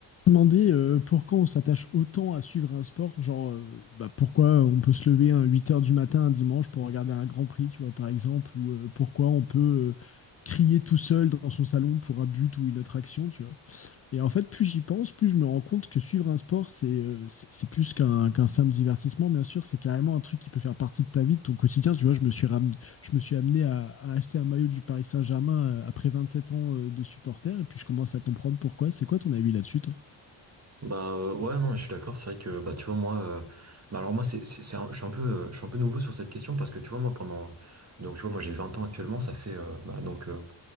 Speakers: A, on the left; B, on the right.
A: demander euh, pourquoi on s'attache autant à suivre un sport, genre euh, bah, pourquoi on peut se lever à huit heures du matin un dimanche pour regarder un Grand Prix, tu vois, par exemple, ou euh, pourquoi on peut euh, crier tout seul dans son salon pour un but ou une autre action, tu vois. Et en fait, plus j'y pense, plus je me rends compte que suivre un sport, c'est euh, c'est c'est plus qu'un qu'un simple divertissement, bien sûr, c'est carrément un truc qui peut faire partie de ta vie, de ton quotidien, tu vois. Je me suis ram- je me suis amené à, à acheter un maillot du Paris Saint-Germain euh, après sept ans euh, de supporter, et puis je commence à comprendre pourquoi. C'est quoi ton avis là-dessus, toi
B: Bah euh, ouais non je suis d'accord c'est vrai que bah tu vois moi euh, bah alors moi c'est c'est c'est un- je suis un peu euh, je suis un peu nouveau sur cette question parce que tu vois moi pendant donc tu vois moi j'ai 20 ans actuellement ça fait euh, bah, donc euh,